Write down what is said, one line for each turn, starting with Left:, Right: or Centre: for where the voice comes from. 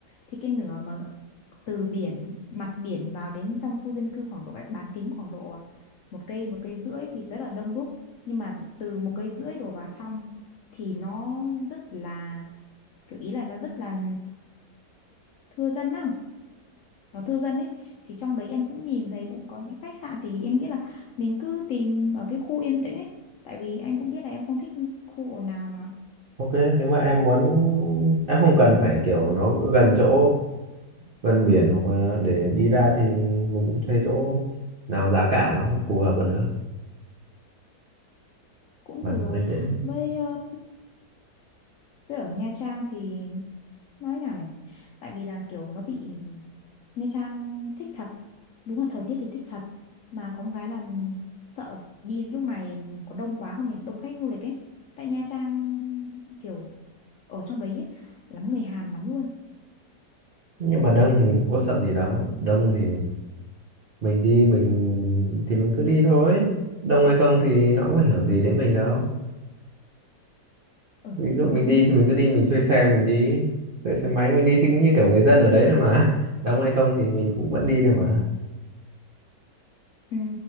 Left: thì cái nửa mà từ biển mặt biển vào đến trong khu dân cư khoảng độ cách bán kính khoảng độ một cây một cây rưỡi thì rất là đông đúc nhưng mà từ một cây rưỡi đổ vào trong thì nó rất là kiểu ý là nó rất là thưa dân á nó thưa dân ấy thì trong đấy em cũng nhìn thấy cũng có những khách sạn thì em nghĩ là mình cứ tìm ở cái khu yên tĩnh ấy tại vì anh cũng biết là em không thích khu ồn ào mà
Right: ok nếu mà em muốn em không cần phải kiểu nó gần chỗ gần biển hoặc là để đi ra thì mình cũng thuê chỗ nào giá cả nó phù hợp là được
Left: cũng
Right: mà
Left: được
Right: nó yên tĩnh
Left: với ờ, với ở Nha Trang thì nói nào nhỉ? tại vì là kiểu nó bị Nha Trang thích thật đúng là thời tiết thì thích thật mà có một cái là mình sợ đi lúc này có đông quá không nhỉ đông khách du lịch ấy tại Nha Trang kiểu ở trong đấy ấy, lắm người Hàn lắm luôn
Right: nhưng mà đông thì mình cũng có sợ gì đâu đông thì mình đi mình thì mình cứ đi thôi đông hay không thì nó cũng ảnh hưởng gì đến mình đâu
Left: ừ
Right: ví dụ
Left: cũng
Right: mình
Left: đúng
Right: đi thì mình cứ đi mình thuê xe mình đi thuê xe máy mình đi thì cũng như kiểu người dân ở đấy thôi mà <laughs> đông hay không thì mình cũng vẫn đi thôi mà
Left: ừ.